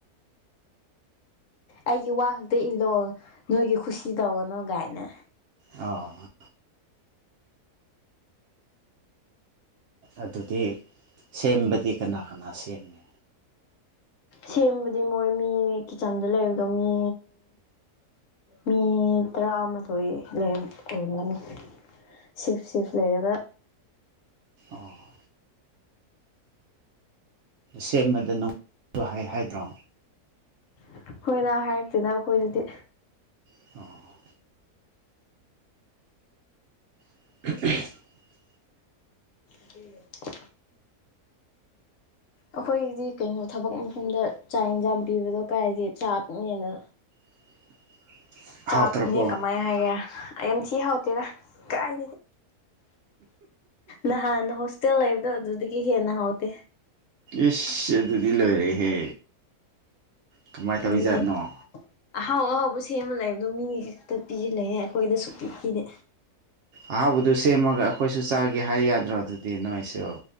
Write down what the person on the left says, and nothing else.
ꯑꯩꯒꯤ ꯋꯥ ꯈꯛꯇ ꯏꯜꯂꯛꯑꯣ ꯅꯣꯏꯒꯤ ꯈꯨꯁꯤ ꯇꯧꯒꯅꯨ ꯒꯥꯏꯅ
ꯁꯦꯝꯕꯗꯤ ꯃꯣꯏ ꯃꯤ ꯀꯤꯠꯆꯟꯗ ꯂꯩꯕꯗꯣ ꯃꯤ ꯃꯤ ꯇꯔꯥꯃꯥꯊꯣꯏ ꯂꯩꯔꯝ ꯑꯣꯏꯔꯝꯒꯅꯤ ꯁꯤꯐ ꯁꯤꯐ ꯂꯩꯔꯒ
ꯑꯩꯈꯣꯏꯅ ꯍꯥꯏꯔꯛꯇꯦꯗ ꯑꯩꯈꯣꯏꯗꯗꯤ
<inaudible> ꯑꯩꯈꯣꯏꯒꯤꯗꯤ ꯀꯩꯅꯣ ꯊꯕꯛ ꯃꯐꯝꯗ ꯆꯥꯛ ꯌꯦꯟꯁꯥꯡ ꯄꯤꯕꯗꯣ ꯀꯥꯏꯒꯤ ꯆꯥꯛꯅꯦꯅ
ꯆꯥꯛꯅꯦ
ꯀꯃꯥꯏꯅ ꯍꯥꯏꯒꯦ ꯑꯩ ꯌꯥꯝ ꯊꯤ ꯍꯥꯎꯇꯦꯔ ꯀꯥꯏ ꯅꯍꯥꯟ ꯍꯣꯁꯇꯦꯜ ꯂꯩꯕꯗꯣ ꯑꯗꯨꯗꯒꯤ ꯍꯦꯟꯅ ꯍꯥꯎꯇꯦ
ꯑꯗꯨꯅꯦ ꯑꯍꯥꯎ ꯑꯍꯥꯎꯕ ꯁꯦꯝꯃ ꯂꯩꯕꯗꯣ ꯃꯤꯒꯤ ꯈꯛꯇ ꯄꯤ ꯂꯩꯌꯦ ꯑꯩꯈꯣꯏꯗ ꯁꯨꯛꯄꯤ ꯄꯤꯗꯦ